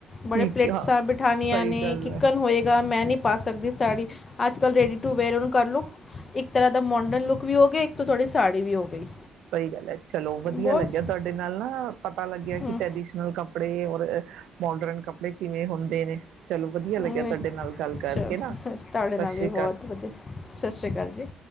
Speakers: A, on the left; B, on the right.
A: ਬੜੇ
B: ਠੀਕ
A: ਪਲੇਟਸਾਂ
B: ਹਾਂ
A: ਬਿਠਾਨੀਆਂ
B: ਸਹੀ
A: ਨੇ
B: ਗੱਲ
A: ਕਿਕਨ
B: ਹੈ
A: ਹੋਏਗਾ ਮੈਨੀ ਪਾ ਸਕਦੀ ਸਾੜੀ। ਅੱਜ ਕੱਲ ਰੈਡੀ ਟੂ ਵੇਅਰ ਓਨੂੰ ਕਰ ਲੋ। ਇੱਕ ਤਰ੍ਹਾਂ ਦਾ ਮੋਂਡਨ ਲੁੱਕ ਵੀ ਓ ਗਈ, ਇੱਕ ਤੋਂ ਤੋਡੀ ਸਾੜੀ ਵੀ ਓ ਗਈ।
B: ਸਈ ਗੱਲ ਐ। ਚਲੋ ਵਧੀਆ
A: ਬਹੁਤ
B: ਲੱਗਿਆ ਤੁਆਡੇ ਨਾਲ ਨਾ ਪਤਾ ਲੱਗਿਆ
A: ਹਮ
B: ਕਿ ਟੈਡੀਸ਼ਨਲ ਕੱਪੜੇ ਔਰ ਮੋਡਰਨ ਕੱਪੜੇ ਕਿਵੇਂ ਹੁੰਦੇ ਨੇ। ਚਲੋ ਵਧੀਆ
A: ਹਂ
B: ਲੱਗਿਆ
A: ਨੇ,
B: ਤੁਹਾਡੇ
A: ਅੱਛਾ
B: ਨਾਲ ਗੱਲ ਕਰਕੇ ਨਾ
A: ਤੋਡੇ
B: ਸਤਿ
A: ਨਾਲ
B: ਸ਼੍ਰੀ
A: ਵੀ
B: ਅਕਾਲ
A: ਬੋਤ ਵਧੀਆ ਸਤਿ ਸ਼੍ਰੀ ਅਕਾਲ ਜੀ।